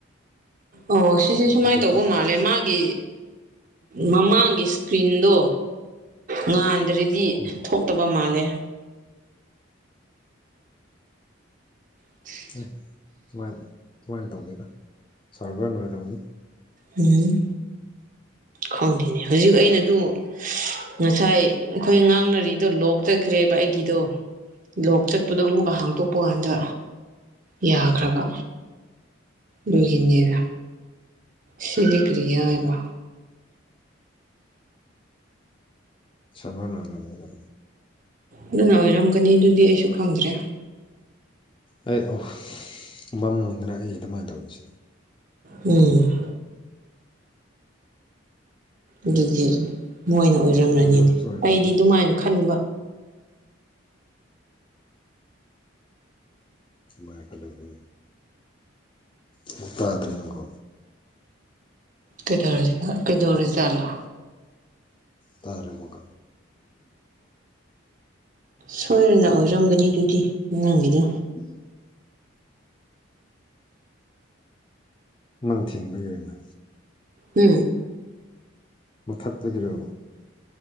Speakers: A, on the right; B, on the left.
A: ꯑꯣ ꯁꯤꯁꯨ
B: ꯍꯧꯖꯤꯛꯇ
A: ꯁꯨꯃꯏꯟ ꯇꯧꯕ
B: ꯇꯠꯄ
A: ꯃꯥꯜꯂꯦ ꯃꯥꯒꯤ ꯒꯤ ꯃꯃꯥꯡꯒꯤ ꯏꯁꯀ꯭ꯔꯤꯟꯗꯣ ꯉꯥꯟꯗ꯭ꯔꯗꯤ
B: ꯎꯝ
A: ꯊꯣꯛꯇꯕ ꯃꯥꯜꯂꯦ <inaudible>
B: ꯑꯦ ꯁꯨꯃꯥꯏꯅ ꯁꯨꯃꯥꯏꯅ ꯇꯧꯗꯦꯗ ꯁꯥꯚ꯭ꯔꯅ ꯑꯣꯏꯔꯝꯅꯤ
A: ꯎꯝ ꯈꯪꯗꯦꯅꯦ ꯍꯧꯖꯤꯛ ꯑꯩꯅ ꯗꯨ ꯉꯁꯥꯏ ꯑꯈꯣꯏ ꯉꯥꯡꯅꯔꯤꯗꯣ ꯂꯣꯛ ꯆꯠꯈ꯭ꯔꯦꯕ ꯑꯩꯒꯤꯗꯣ ꯂꯣꯛ ꯆꯠꯄꯗꯣ ꯑꯃꯨꯛꯀ ꯍꯥꯡꯇꯣꯛꯄ ꯀꯥꯟꯗ ꯌꯥꯈ꯭ꯔꯕ ꯗꯨꯒꯤꯅꯦꯕꯥ ꯁꯤꯗꯤ ꯀ꯭ꯔꯤꯒꯤꯔꯥ ꯍꯥꯏꯕ
B: ꯁꯥꯃꯔ ꯂꯣꯏꯒꯔꯝꯅꯤꯅ
A: ꯑꯗꯨꯅ ꯑꯣꯏꯔꯝꯒꯅꯤ ꯑꯗꯨꯗꯤ ꯑꯩꯁꯨ ꯈꯪꯗ꯭ꯔꯦ
B: ꯑꯩ ꯑꯈꯣꯏ ꯃꯥꯝꯒꯗ꯭ꯔꯥ ꯑꯩ ꯗꯨꯃꯥꯏꯅ ꯇꯧꯕꯥꯁꯤꯗꯤ
A: ꯎꯝ ꯑꯗꯨꯗꯤ ꯃꯣꯏꯅ ꯑꯣꯏꯔꯝꯂꯅꯤꯅꯦ
B: ꯃꯗꯨꯅꯁꯨ ꯑꯣꯏꯔꯝꯂꯣꯏ
A: ꯑꯩꯗꯤ ꯗꯨꯃꯥꯏꯅ ꯈꯟꯕ
B: ꯁꯤꯃꯥꯏ ꯈꯜꯂꯨꯔꯒ ꯑꯃꯨꯛ ꯇꯥꯗ꯭ꯔꯦꯅꯀꯣ
A: ꯀꯩꯗꯧꯔꯤ ꯀꯩꯗꯧꯔꯖꯥꯠꯂ
B: ꯇꯥꯔꯦ ꯑꯃꯨꯛꯀ
A: ꯁꯣꯏꯔꯅ ꯑꯣꯏꯔꯝꯒꯅꯤ ꯑꯗꯨꯗꯤ ꯅꯪꯒꯤꯗꯣ
B: <inaudible> ꯅꯪ ꯊꯤꯟꯕ ꯌꯥꯏꯅ
A: ꯎꯝ
B: ꯃꯨꯊꯠꯄꯥꯒꯤꯔꯣ